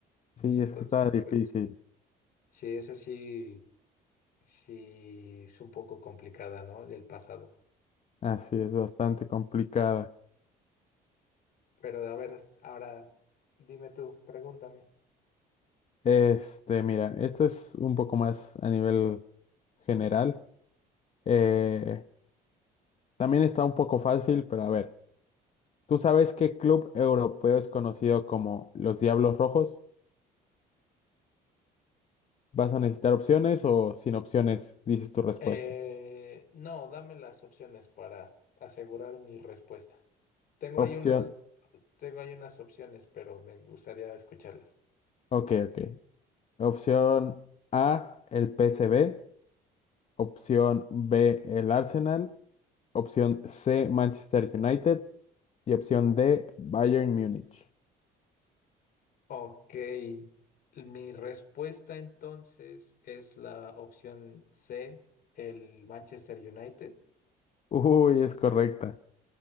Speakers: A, on the left; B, on the left.
A: Sí,
B: Entonces,
A: es que estaba difícil.
B: pues, sí, esa sí, sí es un poco complicada, ¿no? Del pasado.
A: Así es, bastante complicada.
B: Pero a ver, ahora dime tú, pregúntame.
A: Este, mira, esta es un poco más a nivel general. Eh, también está un poco fácil, pero a ver, ¿tú sabes qué club europeo es conocido como los Diablos Rojos? ¿Vas a necesitar opciones o sin opciones dices tu respuesta?
B: Eh, no, dame las opciones para asegurar mi respuesta. Tengo ahí
A: Opción,
B: unos, tengo ahí unas opciones, pero me gustaría escucharlas.
A: ok, ok. Opción A, el P PSV. Opción B, el Arsenal. Opción C, Manchester United. Y opción D, Bayern Múnich.
B: Ok, mi respuesta entonces es la opción C, el Manchester United.
A: Uy, es correcta.